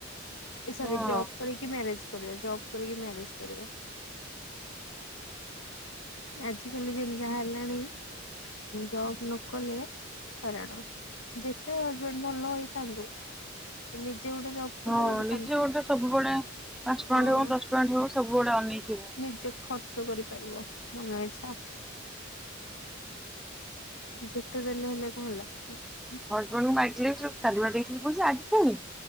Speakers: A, on the left (about 75°); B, in the centre.
A: ଏ ସରି
B: ହଁ
A: ଜବ୍ କରିକି ମ୍ୟାରେଜ କର ଜବ କରିକି ମ୍ୟାରେଜ କରିବ। ଆଜ କାଲି ଯେମିତି ଯାହା ହେଲାଣି ଜବ ନ କଲେ ହଇରଣା ଯେତେ ହଜେବେଣ୍ଡ ଭଲ ହେଇ ଥାନ୍ତୁ ନିଜେ ଗୋଟେ
B: ହଁ ନିଜେ
A: ଶାନ୍ତି
B: ଗୋଟେ ସବୁବେଳେ ପାଞ୍ଚ
A: ହଁ
B: ଟଙ୍କା ଟେ ହଉ ଦଶ ଟଙ୍କା ଟେ ହଉ ସବୁବେଳେ ଅନେଇଥିବେ
A: ନିଜେ ଖର୍ଚ୍ଚ କରିପାରିବ ମନ ଇଛା ଯେତେ ଦେଲେ ହେଲେ କଣ ହେଲା ହୁଁ ହୁଁ
B: ହଜବେଣ୍ଡଙ୍କୁ ମାଗିଲେ ସେ କାଲି ବା ଦେଇଥିଲି ପଇସା ଆଜି ଫୁଣି